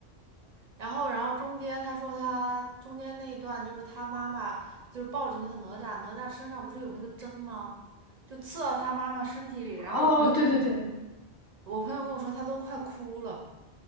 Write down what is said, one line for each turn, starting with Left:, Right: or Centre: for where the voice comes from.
Right: 然后，然后中间他说他中间那一段就是他妈妈就是抱着那个哪吒，哪吒身上不是有那个针吗？就刺到他妈妈身体里。然后我朋友跟我说，
Left: 哦，对对对，
Right: 我朋友跟我说他都快哭了